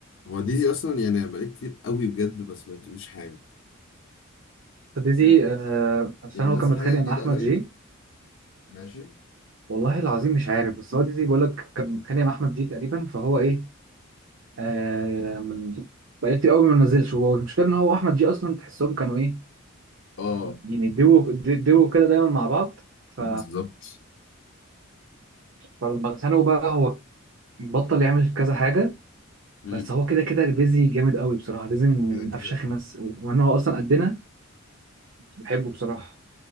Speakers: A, on the left; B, on the right.
A: هو ديزي أصلا يعني بقالي كتير قوي بجد ما سمعتلوش حاجة
B: ديزي
A: بجد
B: آه عشان
A: يعني
B: هو
A: نزل
B: كان متخانق
A: حاجة جديدة
B: مع احمد
A: قريب
B: جي
A: ماشي
B: والله العظيم مش عارف بس هو ديزي بيقول لك كان متخانق مع احمد جي تقريبا فهو ايه آه من- بقى كتير قوي ما نزلش هو المشكله ان هو احمد جي اصلا تحسهم كانوا ايه
A: اه
B: يعني دو دو كده دايما مع بعض ف...
A: بالظبط
B: فلما اتخانقوا بقى هو بطل يعمل كذا حاجة
A: مم.
B: بس هو كده كده ديزي جامد قوي بصراحة ديزي من من
A: كده كده
B: أفشخ الناس وكمان هو أصلا قدنا بحبه بصراحة